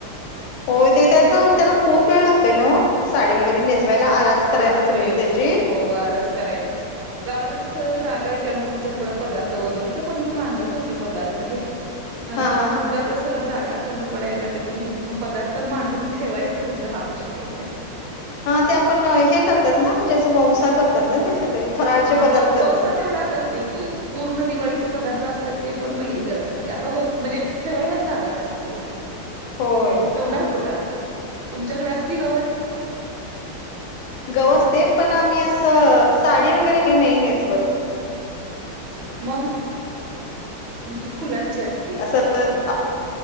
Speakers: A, on the left; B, on the right.
A: हो ते त्यात त्याला खूप वेळ लागतय ना ओ, साडी वगैरे नेसवायला आरास करायला
B: लागतोय,
A: सगळी त्याची
B: हो आरास करायला. गावाला कसं जागा आहे त्यामुळ तिच्या पुढं पदार्थ वगैर हिथं पण मी मांडत होती पदार्थ हे. नंतर
A: हा हा
B: नं तर कसं जागा कमी पडाय लागली मग पदार्थ मांडून ठेवायचं कुठं हा प्रश्न येतय.
A: हा ते आपण हे करतात ना म्हणजे असं वंसा करतात ना ते सगळे. फराळचे
B: हा
A: पदार्थ
B: व - ववसात तेवढा करते की पूर्ण दिवाळीचे पदार्थ असतात ते पण पहिली करत होते आता होत म्हणजे ठेवायलाच जागा नसतीया.
A: होय.
B: ठेवणार कुठं, तुमच्याकडे असती गवर?
A: गव असते पण आम्ही असं साडी वगैरे काही नाही नेसवत.
B: मग, तुमची फुलांची असते.
A: तर आप